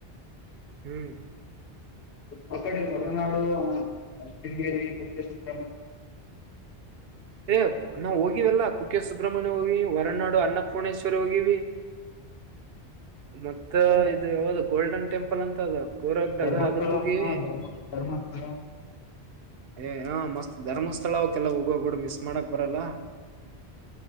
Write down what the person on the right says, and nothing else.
ಹ್ಮ್.
ಏ ನಾವವು ಹೋಗಿವಲ್ಲಾ ಕುಕ್ಕೆ ಸುಬ್ರಹ್ಮಣ್ಯ ಹೋಗಿವಿ ಹೊರನಾಡು ಅನ್ನಪೂರ್ಣೇಶ್ವರಿ ಹೋಗಿವಿ. <unintelligible> ಮತ್ತ
ಇದು ಯಾವ್ದ ಗೋಲ್ಡನ್ ಟೆಂಪಲ್ ಅಂತ ಅದ ಕೋರಗ್ದಾಗ
ಅದಕ್ ಹೋಗಿವಿ
ಏ ಹ ಮಸ್ತ್ ಧರ್ಮಸ್ಥಳ ಅವಕಲ್ಲ ಹೋಗುವಡ ಮ ಮಾಡಕ್ ಬರಲ್ಲ <inaudible>